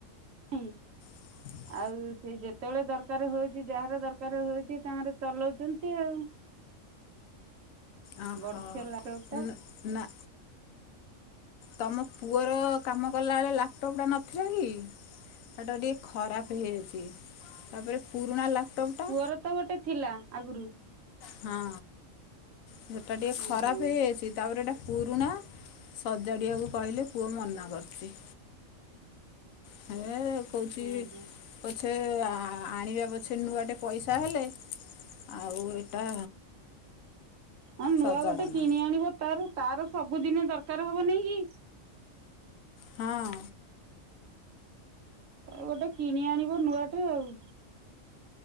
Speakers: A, on the right; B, on the left.
A: ନାହିଁ।
B: ହ।
A: ଆଉ ସେ ଯେତେବେଳେ ଦରକାର ହଉଛି ଯାହାର ଦରକାର ହଉଛି ତାଙ୍କର ଚଲଉଚନ୍ତି ଆଉ।
B: ଓହୋ,
A: ବଡ ଝିଅ ଲାପଟପ୍ ଟା
B: ନ- ନା ତୋମ ପୁଅର କାମ କଲାବେଳେ ଲାପଟପ୍ ଟା ନଥିଲା କି? ସେଟା ଟିକେ ଖରାପ ହେଇଯାଇଛି। ତାପରେ ପୁରୁଣା ଲାପଟପ୍ ଟା।
A: ତୋର ତ ଗୋଟେ ଥିଲା ଆଗରୁ।
B: ହଁ ସେଟା ଟିକେ ଖରାପ
A: ଓହୋ।
B: ହେଇଯାଇଛି। ତା ପରେ ଏଇଟା ପୁରୁଣା ସଜାଡ଼ିବାକୁ କହିଲେ ପୁଅ ମନା କରୁଚି। ହେ କହୁଛି
A: ଓହୋ
B: ପଛେ ଆ, ଆଣିବା ପଛେ ନୂଆ ଟେ ପଇସା ହେଲେ। ଆଉଉ ଏଇଟା
A: ହଁ ନୂଆ
B: ସଜାଡ଼ନା
A: ଗୋଟେ କିଣି ଆଣିବ ତାର ତାର ସବୁଦିନ ଦରକାର ହବ ନାଇଁ କି?
B: ହଁ
A: ଗୋଟେ କିଣି ଆଣିବ ନୂଆ ଟେ ଆଉ।